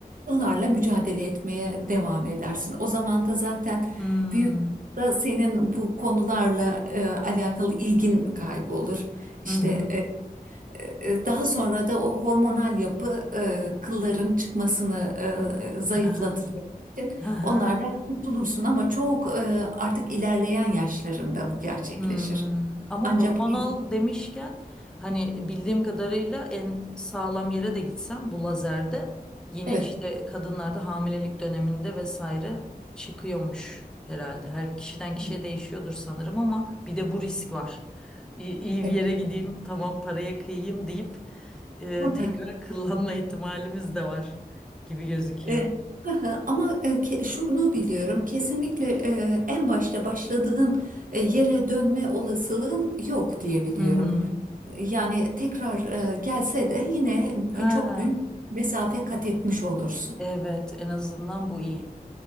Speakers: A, on the right; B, in the centre.
A: yıllarla mücadele etmeye devam edersin. O zaman da zaten
B: Hmm.
A: büyük da senin bu konularla e, alakalı ilgin kaybolur. İşte
B: Hı hı.
A: e, e, Daha sonra da o hormonal yapı e, kılların çıkmasını e, zayıflatacak
B: Hı hı.
A: için
B: Hı hı.
A: onlardan kurtulursun ama çok e, artık ilerleyen yaşlarında bu gerçekleşir.
B: Hmm, ama
A: Ancak
B: hormonal
A: il
B: demişken hani bildiğim kadarıyla en sağlam yere de gitsem bu lazerde yine
A: evet
B: işte kadınlarda hamilelik döneminde vesaire çıkıyormuş herhalde. Her kişiden kişiye
A: evet
B: değişiyordur sanırım ama bir de bu risk var. İyi, iyi bir
A: evet.
B: yere gideyim tamam paraya kıyayım deyip e,
A: <laughs>
B: tekrar <laughs> kullanma ihtimalimiz de var gibi gözüküyor.
A: E, <laughs> Ama e, ke- şunu biliyorum kesinlikle e, en başta başladığın e, yere dönme olasılığın yok diye biliyorum.
B: Hı hı.
A: E, Yani tekrar e, gelse de yine
B: Ha
A: e, çok büyük mesafe kat etmiş olursun.
B: evet en azından bu iyi.